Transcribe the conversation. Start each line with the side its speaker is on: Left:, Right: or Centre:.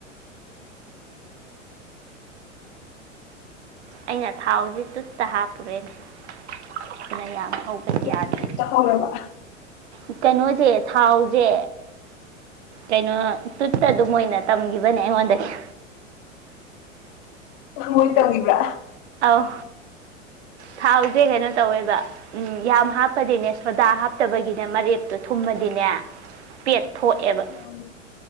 Right: ꯑꯩꯅ ꯊꯥꯎꯁꯤ ꯇꯨꯠꯇ ꯍꯥꯞꯄꯨꯔꯦꯅꯦ ꯑꯗꯨꯅ ꯂ ꯍꯧ
Left: ꯍꯧꯖꯤꯛꯇꯤ
Right: ꯌꯥꯗ
Left: ꯇꯥꯍꯧꯔꯕ
Right: ꯏ ꯀꯩꯅꯣꯖꯦ ꯊꯥꯎꯁꯦ ꯀꯩꯅꯣ ꯇꯨꯠꯇ ꯑꯗꯨꯝ ꯑꯣꯏꯅ ꯇꯝꯈꯤꯕꯅꯦ ꯑꯩꯉꯣꯟꯗꯒꯤ
Left: ꯃꯣꯏ ꯇꯧꯉꯕ꯭ꯔꯥ
Right: ꯑꯧ ꯊꯥꯎꯁꯦ ꯀꯩꯅꯣ ꯇꯧꯋꯦꯕ ꯎꯝ ꯌꯥꯝ ꯍꯥꯞꯄꯗꯤꯅꯦ ꯁꯣꯗꯥ ꯍꯥꯞꯇꯕꯒꯤꯅꯦ ꯃꯔꯦꯛꯞ ꯑꯗꯨ ꯊꯨꯝꯃꯗꯤꯅꯦ ꯄꯦꯠ ꯊꯣꯛꯑꯦꯕ
Left: ꯎꯝ ꯎꯝ